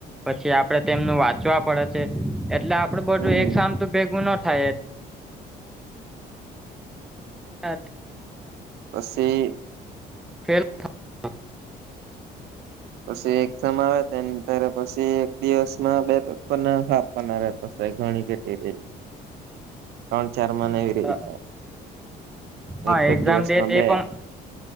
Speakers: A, in the centre; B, on the right.
A: પછી આપડે તેમનું વાંચવા પડે છે એટલે આપડે બધું
B: હમ
A: એક સામટુ ભેગું ન થાય. <unintelligible>
B: પસી
A: ફેલ <unintelligible>
B: પછી એક્ઝામ આવે ત્યારે પછી એક દિવસમાં બે પેપર ને એવા હો <unintelligible>
A: <inaudible>
B: ત્રણ ચાર માં
A: હા
B: રીતે
A: હા
B: એક જ
A: એક્ઝામ
B: દિવસમાં
A: દે
B: બે
A: એ પણ